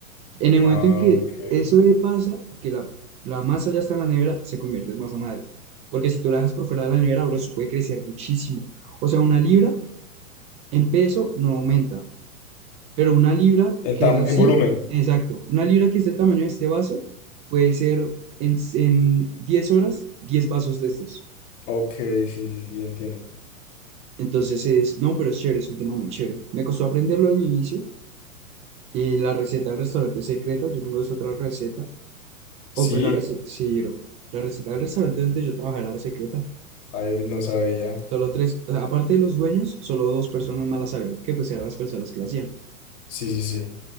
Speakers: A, on the right; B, on the left.
A: En el momento
B: Ah,
A: en que
B: ok.
A: eso eh, pasa y que la, la masa ya está en la nevera, se convierte en masa madre. Porque si tú la dejas por fuera de la nevera, bro, eso puede crecer muchísimo. O sea, una libra en peso no aumenta, pero una libra
B: En,
A: que
B: tam-
A: es así,
B: en volumen.
A: exacto, una libra que es del tamaño de este vaso, puede ser en, en 10 horas 10 vasos de estos.
B: Ok, sí, sí, sí, entiendo.
A: Entonces es, no, pero es chévere, es un tema muy chévere. Me costó aprenderlo al inicio. eh, la receta del restaurante secreta, yo tengo esta otra receta
B: ¿Sí?
A: O pues la receta, sí, bro. La receta del restaurante donde yo trabajaba era la secreta.
B: Ay, no sabía.
A: Solo tres, o sea, aparte de los dueños, solo dos personas más la sabían, que pues eran las personas que la hacían.
B: Sí, sí, sí.